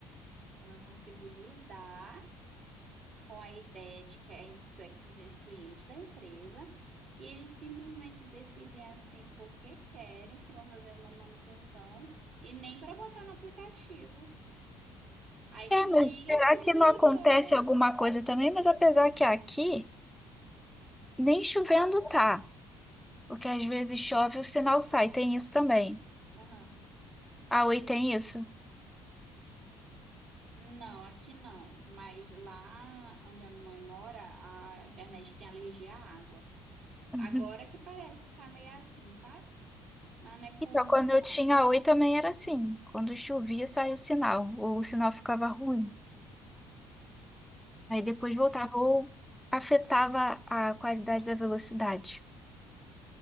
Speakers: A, on the right; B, in the centre.
A: Eu não consigo lidar. com a ideia de que é- tu é cli- cliente da empresa e eles simplesmente decidem assim porque querem que vão fazer uma manutenção e nem para botar no aplicativo. Aí
B: É,
A: tu
B: mas
A: liga
B: será
A: e fica o dia
B: que não
A: ligado.
B: acontece alguma coisa também? Mas apesar que aqui nem chovendo tá, porque às vezes chove o sinal sai, tem isso também.
A: Aham.
B: A Oi tem isso.
A: Não, aqui não. Mas lá onde a mamãe mora, a internet tem alergia à água.
B: Uhum.
A: Agora que parece que tá meio assim, sabe? Mas não é comum,
B: Então, quando eu
A: não.
B: tinha a Oi também era assim. Quando chovia saía o sinal, ou o sinal ficava ruim. Aí depois
A: Uhum.
B: voltava ou afetava a qualidade da velocidade.